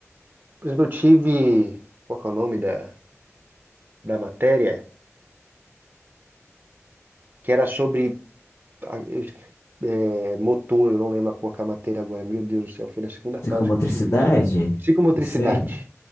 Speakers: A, on the right; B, on the left.
A: por exemplo, eu tive, qual que é o nome da, da matéria? Que era sobre a- eu- é, motor, eu não lembro qual que é a matéria agora. Meu Deus do céu, foi na segunda fase
B: Psicomotricidade?
A: que eu tive isso. Psicomotricidade.
B: Não sei.